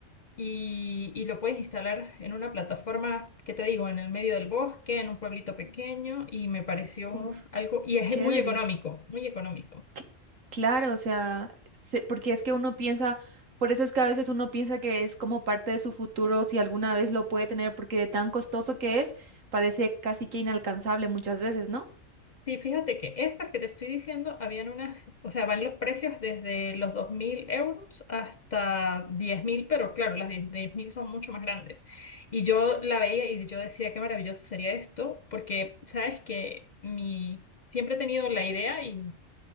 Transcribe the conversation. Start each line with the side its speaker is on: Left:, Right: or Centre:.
Left: y, y lo puedes instalar en una plataforma, ¿qué te digo?, en el medio del bosque, en un pueblito pequeño y me pareció
Right: Uf,
Left: algo, y es
Right: chévere.
Left: muy económico, muy económico.
Right: Cl- Claro, o sea, se- porque es que uno piensa, por eso es que a veces uno piensa que es como parte de su futuro, si alguna vez lo puede tener, porque de tan costoso que es, parece casi que inalcanzable muchas veces, ¿no?
Left: Sí, fíjate que estas que te estoy diciendo habían unas, o sea, van los precios desde los 2.000 euros hasta diez mil pero claro, las 10 10.000 son mucho más grandes. Y yo la veía y yo decía qué maravilloso sería esto, porque sabes que mi, siempre he tenido la idea y,